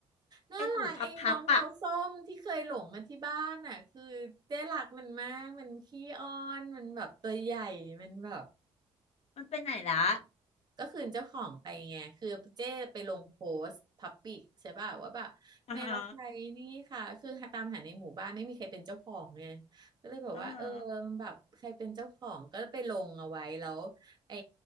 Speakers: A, on the right; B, on the left.
A: น่ารักไอ้น้องแมวส้มที่เคยหลงมาที่บ้านอ่ะคือเจ๊รักมันมากมันขี้อ้อนมันแบบตัวใหญ่มันแบบ
B: ไอหูพับพับอะมันไปไหนละ
A: ก็คืนเจ้าของไปไงคือเจ้ไปลงโพสต์พับปิกใช่ป่ะว่าแบบแมวใครนี่ค่ะคือหตามหาในหมู่บ้านไม่มีใครเป็นเจ้าของไง
B: อ่าฮะ
A: ก็เลยแบบว่าเออ
B: อ่าฮะ
A: แบบใครเป็นเจ้าของก็ไปลงเอาไว้แล้วไอ้